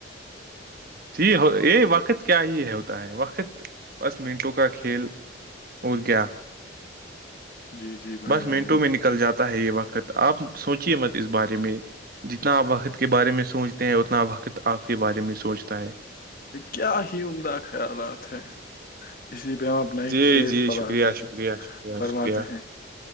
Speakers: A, on the right; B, on the left.
A: جی ہو یہ وقت کیا ہی ہے ہوتا ہے وقت بس منٹوں کا کھیل ا گیا
B: جی جی بڑھیا
A: بس منٹوں
B: بڑھیا
A: میں نکل جاتا ہے یہ وقت آپ سوچیے مت اس بارے میں جتنا آپ وقت کے بارے میں سوچتے ہیں اتنا وقت آپ کے بارے میں سوچتا ہے
B: کیا ہی عمدہ خیالات ہے اسی پہ ہم اپنا ایک
A: جی
B: شیز
A: جی
B: فراتے
A: شکریہ شکریہ
B: ہیں
A: شکریہ
B: فرماتے
A: شکریہ
B: ہیں